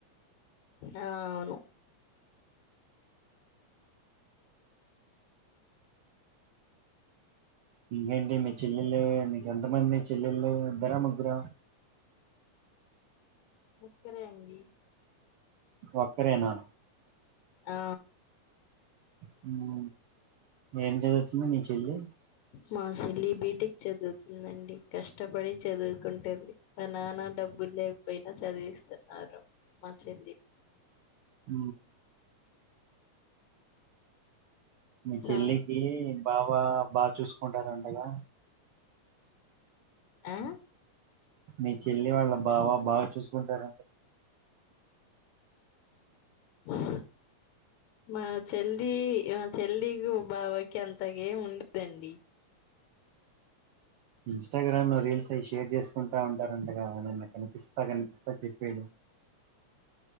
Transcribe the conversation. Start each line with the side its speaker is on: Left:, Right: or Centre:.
Left: ఆ అవును
Right: ఇంకేంటి మీ చెల్లెల్ళ మీక ఎంతమంది చెల్లెళ్ళు ఇద్దరా ముగ్గుర
Left: ఒక్కరే అండి
Right: ఒక్కరే నా
Left: ఆ
Right: హు ఏం చదువుతుంది నెక్స్ట్ ఏంది
Left: మా చెల్లి బీటెక్ చదువుతుందండి కష్టపడి చదువుకుంటుంది మా నాన్న డబ్బులు లేకపోయినా చదివిస్తున్నారు మా చెల్లి
Right: ఊ మీ
Left: చా
Right: చెల్లికి బావ బాగా చూసుకుంటార అండగా
Left: ఆ
Right: మీ చెల్లి వాళ్ల బావ బాగా చూసుకుంటారా
Left: ఉహ్ మా చెల్లి ఆ చెల్లి యు బావకి అంత ఏం ఉండదండి
Right: ఇన్స్టాగ్రామ్ లో రీల్స్ అయి షేర్ చేసుకుంటా ఉంటారంటగా నన్ను కనిపిస్తా కనిపిస్తా చెప్పాడు